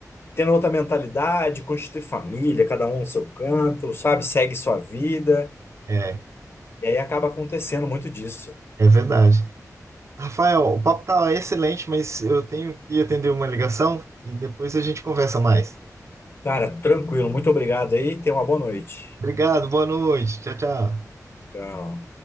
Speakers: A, on the left (about 40°); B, on the right (about 50°).
A: tendo outra mentalidade, constitui família, cada um no seu canto, sabe? Segue sua vida,
B: É,
A: e aí acaba acontecendo muito disso.
B: é verdade. Rafael, o papo tá excelente, mas eu tenho que atender uma ligação e depois a gente conversa mais.
A: Cara, tranquilo, muito obrigado aí, tenha uma boa noite.
B: Obrigado, boa noite. Tchau, tchau.
A: Tchau.